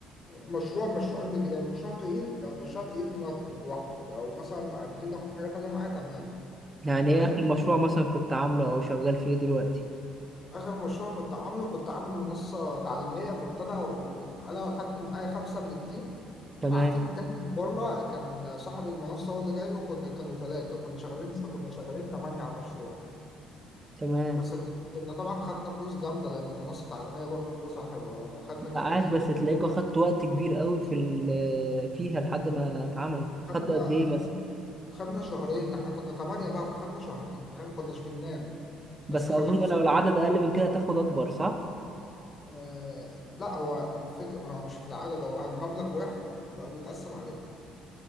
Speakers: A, on the left; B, on the right.
A: مشروع مش عندك لو المشروع تقيل لو المشروع تقيل بناخده لوحده لو مثلا قادرين ناخد حاجة تانية معاه تمام
B: يعني
A: فاهم
B: إيه آخر مشروع مثلا كنت عامله أو شغال فيه دلوقتي؟
A: آخر مشروع كنت عامله كنت عامل منصة تعليمية كنت أنا وأنا أخدت معايا خمسة من التيم
B: تمام
A: مع تيم تاني من بره كان صاحب المنصة هو اللي جايبه كنا كانوا ثلاثة كنا شغالين كنا شغالين تمانية على المشروع
B: تمام
A: بس كنا طبعا خدنا فلوس جامدة لأن منصة تعليمية برضه فلوسها حلوة يعني خدنا
B: لا،
A: ك- يعني
B: عاش بس
A: كنا
B: تلاقيك أخدت وقت كبير قوي في ال- فيها لحد ما اتعملت خدت
A: خدنا
B: قد إيه
A: خد-
B: مثلا؟
A: خدنا شهرين احنا كنا تمانية بقى فخدنا شهرين فاهم كناش بننام
B: بس
A: بس
B: أظن
A: خدنا فلوس
B: لو العدد
A: حاجة
B: أقل من كده تاخد أكبر صح؟
A: آه لا هو الفكرة ما هو مش في العدد هو المبلغ واحد بقى بيتقسم علينا